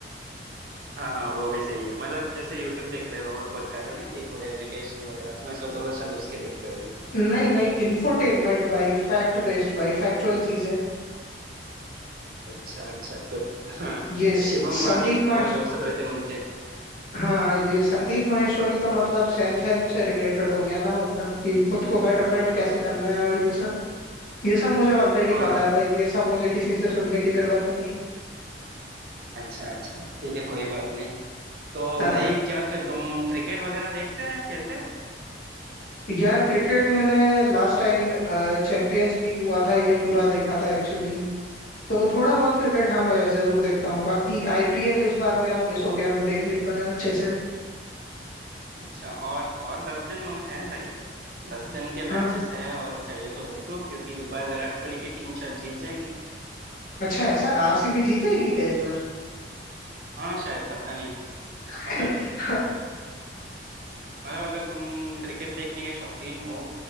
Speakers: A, on the right; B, on the left.
A: हाँ हाँ वो भी सही है मतलब जैसे यूट्यूब देख रहे हो और बता रहे हो ना कि थोड़े एजुकेशन वगैरह तो मैं सोच रहा था शायद उसके देखते होगे
B: नहीं नहीं इंफोटेनमेंट भाई फैक्ट बेस्ड भाई फैक्चुअल चीजें
A: अच्छा अच्छा तो हाँ
B: ये संदीप
A: तो शिवम मालिक
B: माहेश्वरी
A: और वो सब रहते हैं उनके
B: हाँ ये संदीप माहेश्वरी तो मतलब सेल्फ हेल्प से रिलेटेड हो गया ना मतलब कि खुद को बेटरमेंट
A: हाँ
B: कैसे
A: हाँ
B: करना
A: हाँ
B: है और ये सब ये सब मुझे ऑलरेडी
A: हाँ
B: पता
A: हाँ
B: है भाई ये सब मुझे किसी से सुनने की जरूरत नहीं है
A: अच्छा अच्छा ठीक है कोई बात नहीं तो
B: <laughs> हाँ
A: भाई क्या फिर तुम क्रिकेट वगैरह देखते हो या खेलते हो
B: यार क्रिकेट मैंने लास्ट टाइम चैंपियंस लीग हुआ था ये पूरा देखा था एक्चुअली तो थोड़ा बहुत क्रिकेट हाँ मैं जरूर देखता हूँ बाकी आईपीएल इस बार मेरा मिस हो गया मैं देख नहीं पाया अच्छे से
A: अच्छा और और दस दिन है भाई दस दिन के
B: हाँ
A: मैचेस हैं और चाहिए तो देख लो क्योंकि इस बार विराट कोहली की टीम शायद जीत जाएगी
B: अच्छा ऐसा आरसीबी जीत जाएगी क्या इस बार
A: हाँ शायद पता नहीं
B: <laughs>
A: मतलब मतलब अगर तुम क्रिकेट देखने के शौकीन हो